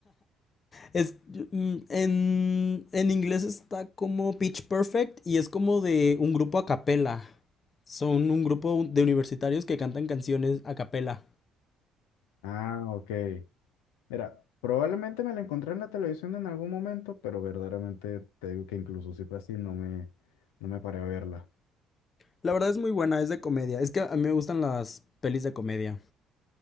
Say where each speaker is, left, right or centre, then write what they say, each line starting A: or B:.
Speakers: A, on the left (about 40°); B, on the left (about 85°).
A: Es, mm, en, en inglés está como Pitch Perfect y es como de un grupo a capela. Son un grupo de universitarios que cantan canciones a capela.
B: Ah, ok. Mira, probablemente me la encontré en la televisión en algún momento, pero verdaderamente te digo que incluso si fue así, no me, no me paré a verla.
A: La verdad es muy buena, es de comedia. Es que a mí me gustan las pelis de comedia.